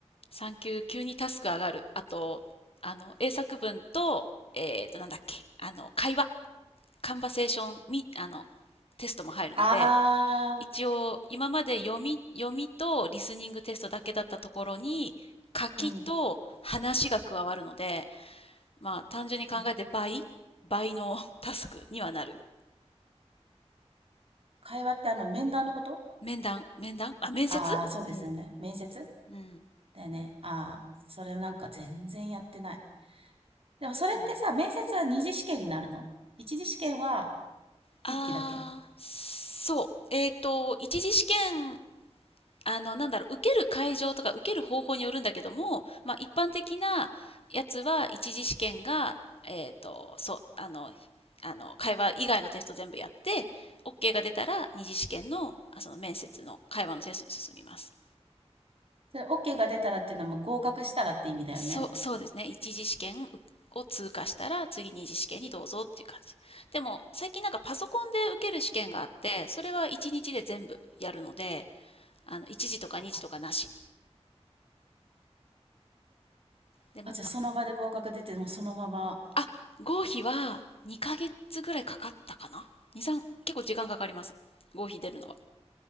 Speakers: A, on the left; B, on the right.
A: 3級、急にタスク上がる。あと、あの、英作文と、えっと、なんだっけ、あの、会話、カンバセーション、み、あの、テストも入るので、
B: ああ、
A: 一応、今まで読み、読みとリスニングテストだけだったところに、書きと話が加わるので、
B: うん。
A: まあ、単純に考えて倍、
B: え、
A: 倍のタスクにはなる。
B: か会話ってあの面談のこと
A: 面談、面談、あ、面接うん
B: ああー、そうですよね。面接
A: うん。
B: だよね。ああ、それなんか全然やってない。でもそれってさ、
A: うん。
B: 面接は二次試験になるの一次試験は筆記だけ
A: ああ、そう。えっと、一次試験、あの、なんだろう、受ける会場とか受ける方法によるんだけども、まあ、一般的なやつは、一次試験が、えっと、そう、あの、あの、会話以外のテスト全部やって、OK が出たら、二次試験の、あその面接の会話のテストに進みます。
B: それ OK が出たらっていうのはもう合格したらって意味だよね。
A: そう、そうですね。一次試験を通過したら次二次試験にどうぞっていう感じ。でも最近なんかパソコンで受ける試験があって、それは1日で全部やるので、あの1次とか2次とかなし。
B: あ、
A: でもパ、
B: あ、じゃあその場で合格出て、もうそのまま、
A: あ、合否は2ヶ月ぐらいかかったかな ?2、3、結構時間かかります。合否出るのは。